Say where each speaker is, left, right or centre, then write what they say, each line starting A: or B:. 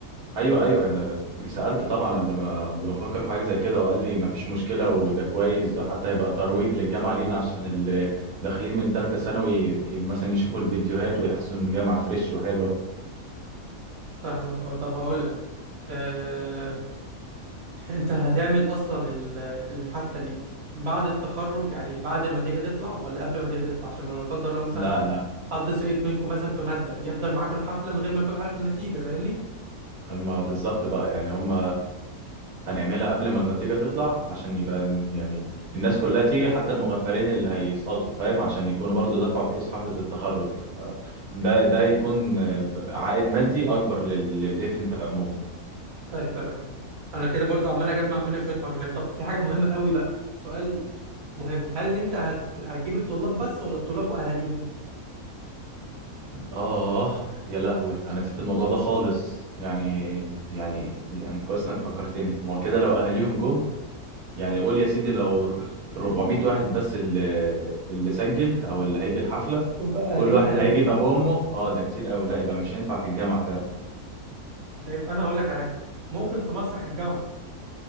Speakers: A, on the right (about 80°); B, on the right (about 50°).
A: ايوه ايوه انا سالت طبعا قبل ما قبل ما افكر في حاجه زي كده وقال لي مفيش مشكله وده كويس ده حتى هيبقى ترويج للجامعه لينا عشان اللي داخلين من ثالثه ثانوي ي- مثلا يشوفوا الفيديوهات ويحسوا ان الجامعه فريش وحلوه
B: فاهمك اه طب هقول لك اه... <laughs> انت هتعمل اصلا ال- الحفله دي بعد التخرج يعني بعد ما النتيجه تطلع ولا قبل ما النتيجه تطلع عشان لو لا قدر الله مثلا
A: لا لا
B: حد سقط منكم مثلا في ماده يحضر معاكم الحفله من غير ما يكون عارف النتيجه فاهمني
A: ما بالظبط بقى يعني هم هنعملها قبل ما النتيجه تطلع عشان يبقى ن- يعني الناس كلها تيجي حتى المغفلين اللي هيسقطوا فاهم عشان يكونوا برضو دفعوا فلوس حفله التخرج آه، ده ده يكون آه، عائد مادي اكبر لل- للايفنت عموما
B: طيب تمام انا كده برضه عمال اجمع منك شويه معلومات طب في حاجه مهمه قوي بقى سؤال مهم هل انت هت... هتجيب الطلاب بس ولا الطلاب واهاليهم
A: آه يا لهوي أنا نسيت الموضوع ده خالص يعني يعني يعني كويس إنك فكرتني ما هو كده لو أهاليهم جم يعني قول يا سيدي لو ر- 400 واحد بس اللي اللي سجل أو اللي هيجي الحفلة
B: شوف بقى
A: كل
B: اهاليهم
A: واحد
B: قد
A: هيجي
B: ايه
A: بأبوه وأمه آه ده كتير أوي لا يبقى مش هينفع في الجامع فعلا
B: شايف انا هقول لك على حاجه ممكن في مسرح الجامعه